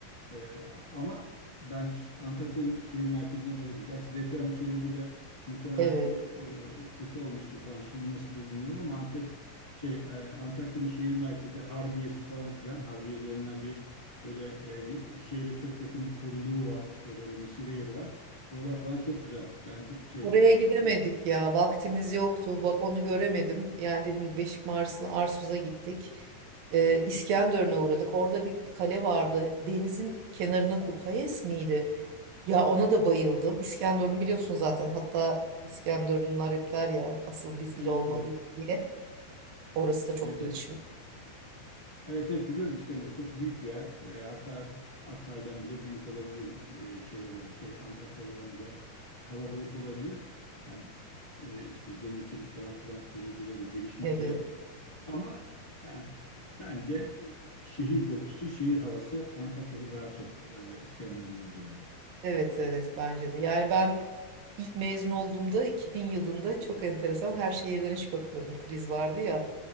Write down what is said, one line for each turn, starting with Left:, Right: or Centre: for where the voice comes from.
Left: Ee, ama ben ş- Antakya şehir merkezine bayıldım. Gerçi deprem sebebiyle muhtemelen
Right: Evet.
Left: çok e, kötü olmuştur falan. Şimdi nasıldır bilmiyorum ama Antep şey e, Antakya'nın şehir merkezi Harbiye'si falan filan. Harbiye denilen bir böyle e, ye- şehre çok yakın bir koruluğu var. İşte böyle mesire yeri var. Oralar falan çok güzel. Ben çok sevdim
Right: Oraya
Left: Antakya'yı.
Right: gidemedik ya. Vaktimiz yoktu. Bak onu göremedim. Yani dediğim gibi Beşik Mars'ına Arsuz'a gittik. Ee, İskenderun'a uğradık. Orada bir kale vardı. Denizin kenarına kur. Payes miydi? Ya ona da bayıldım. İskenderun'u biliyorsun zaten. Hatta İskenderunlar hep der ya asıl biz
Left: Evet,
Right: il olmalıyız
Left: e,
Right: diye. Orası da çok
Left: evet,
Right: gelişmiş.
Left: evet. Evet evet biliyorum İskenderun çok büyük bir yer. Ee, hatta Hatay'dan bile büyük olabilir e, şey olarak. Şey Antakya'dan bile kalabalık olabilir. Hem e, işte demirçilik falan filan sebebiyle de gelişmiş
Right: Evet.
Left: bir yer. Ama yani bence e, şehir dokusu, şehir havası Antakya'da daha çok e, İskenderun'dan ziyade.
Right: Evet evet bence de. Yani ben İlk mezun olduğumda 2000 yılında çok enteresan her şehirden iş bakıyordum kriz vardı ya.